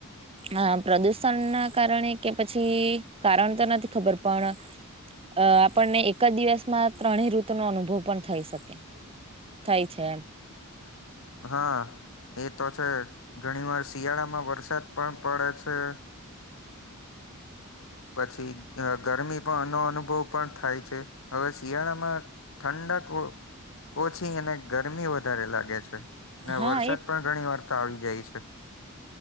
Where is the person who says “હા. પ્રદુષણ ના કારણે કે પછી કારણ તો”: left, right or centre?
Right